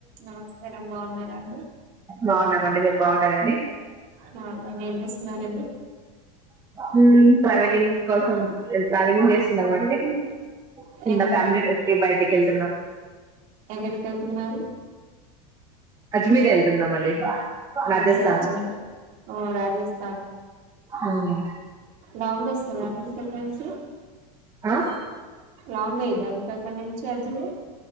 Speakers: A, on the right; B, on the right.
A: నమస్కారం బాగున్నారండి
B: బాగున్నామండి మీరు బాగున్నారా బాగునరండి
A: బాగున్నాం ఏం చేస్తున్నారండి
B: ఉమ్ ట్రావెలింగ్ కోసం ట్రావెలింగ్ చేస్తునాం అండి చిన్న
A: ఏమన్నా
B: ఫ్యామిలీ ట్రిప్ కి బైటికెళ్తునం
A: ఎక్కడికెళ్తునారు
B: అజ్మీర్ ఎల్తునాము అండి రాజస్థాన్
A: ఒకే అజ్మీర్ ఓ రాజస్ధాన్
B: ఉమ్
A: లాంగ్ వస్తాం రండి మీకు అక్కడి నుంచి
B: ఆ
A: లాంగ్ అయిద్దా మీకు అక్కడ నుంచి అజ్మీర్